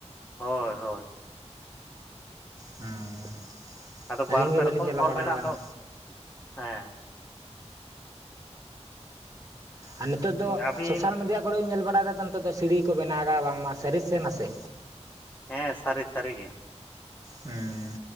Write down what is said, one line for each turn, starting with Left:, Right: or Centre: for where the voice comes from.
Left: ᱦᱳᱭ ᱦᱳᱭ ᱾
Right: ᱦᱩᱸ
Left: ᱟᱫᱚ
Right: ᱟᱹᱞᱤᱧ
Left: ᱵᱟᱨ ᱯᱮ
Right: ᱜᱮ ᱵᱟᱹᱞᱤᱧ
Left: ᱨᱚᱠᱚᱢ
Right: ᱪᱟᱞᱟᱣ
Left: ᱦᱚᱨ
Right: ᱵᱟᱲᱟ
Left: ᱢᱮᱱᱟᱜ
Right: ᱟᱠᱟᱱᱟ
Left: ᱫᱚ ᱦᱮᱸ᱾
Right: ᱟᱨ ᱱᱤᱛᱚᱜ ᱫᱚ
Left: ᱟᱹᱵᱤᱱ
Right: ᱥᱳᱥᱟᱞ ᱢᱤᱰᱤᱭᱟ ᱠᱚᱨᱮ ᱤᱧ ᱧᱮᱞ ᱵᱟᱲᱟᱭᱟ ᱱᱤᱛᱚᱜ ᱫᱚ ᱥᱤᱲᱤ ᱠᱚ ᱵᱮᱱᱟᱣᱫᱟ ᱵᱟᱝ ᱢᱟ ᱥᱟᱹᱨᱤ ᱥᱮ ᱱᱟᱥᱮ?
Left: ᱦᱮᱸ ᱥᱟᱹᱨᱤ ᱥᱟᱹᱨᱤᱜᱮ᱾
Right: ᱦᱩᱸ